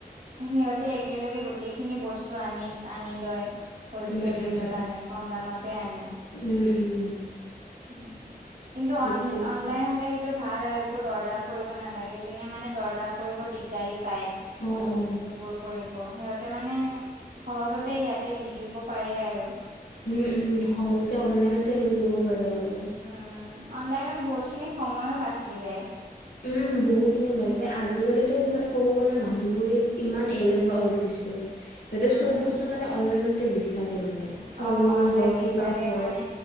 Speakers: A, on the right (about 65°); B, on the left (about 85°).
A: সিহঁতে একেলগে গোটেইখিনি বস্তু আনি আনি লয়। হ'লচেল
B: উম
A: ৰেটত
B: উম
A: আনে কম দামতে আনে।
B: উম, উম।
A: উম কিন্তু
B: সেইটোৱে
A: অন অন অনলাইন হ'লে সেইটো ভাল আৰু একো দৰদাম কৰিব নালাগে যোনে মানে দৰদাম কৰিব দিগদাৰী। পায়,
B: অঁ অঁ
A: সেইবোৰ কৰি ব, সিহঁতে মানে সহজতে ইয়াতে দি দিব পাৰে আৰু।
B: উম উম সহজতে অনলাইনতে লৈ ল'ব পাৰে আৰু।
A: উম, অনলাইনত বহুতখিনি সময়ো বাছি যায়।
B: উম, বহু খিনি মেজে আজিকালি তো মানে কব গলে মানুহবোৰো কিমান এলেহুৱা হৈ গৈছে। এতিয়া
A: উম
B: চব বস্তু মানে অনলাইনতে বিচাৰে মানে। ফল
A: অঁ,
B: মূল
A: অনলাইন
B: হওক কিবা
A: বিচাৰে
B: হওক
A: মানে